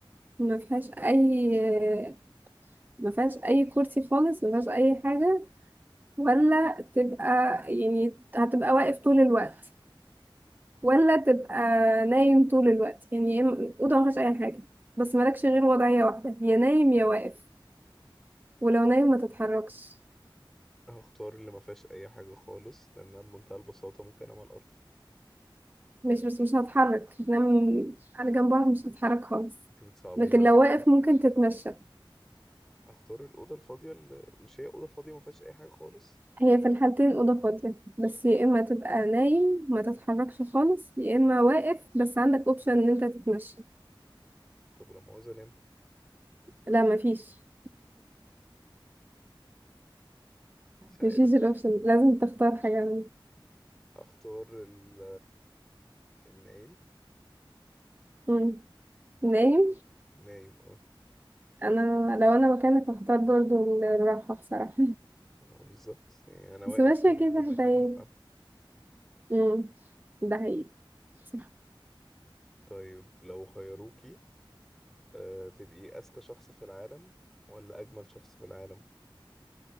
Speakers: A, on the right; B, in the centre.
A: ما فيهاش اي ما فيهاش اي كرسي خالص ما فيهاش اي حاجة ولا تبقى يعني هتبقى واقف طول الوقت ولا تبقى نايم طول الوقت يعني يا إما- أوضة ما فيهاش اي حاجة بس مالكش غير وضعية واحدة يا نايم يا واقف ولو نايم ما تتحركش
B: هختار اللي ما فيهاش اي حاجة خالص لانها بمنتهى البساطة ممكن اعمل ارض
A: مش بس مش هتحرك هتنام على جنب بعض مش هتتحرك خالص
B: انتي بتصعبيها
A: لكن
B: على
A: لو
B: فكرة
A: واقف ممكن تتمشى
B: اختار الاوضه الفاضيه اللي مش هي اوضه فاضيه ما فيهاش اي حاجه خالص
A: هي في الحالتين أوضة فاضية بس يا إما تبقى نايم ما تتحركش خالص يا إما واقف بس عندك أوبشن إن أنت تتمشى
B: طب ولما عاوز انام
A: لا مفيش
B: مش عارف
A: مفيش الأوبشن لازم تختار حاجة منهم.
B: اختار ال النايم
A: مم. نايم
B: نايم اه
A: أنا لو أنا مكانك هختار برضه الراحة بصراحة
B: ما بالظبط يعني
A: <laughs>
B: انا واقف
A: بس ماشية
B: طول اليوم
A: كده هدايا
B: اكيد هتعب
A: مم. ده حقيقي صح.
B: طيب لو خيروكي أه تبقي اذكى شخص في العالم ولا اجمل شخص في العالم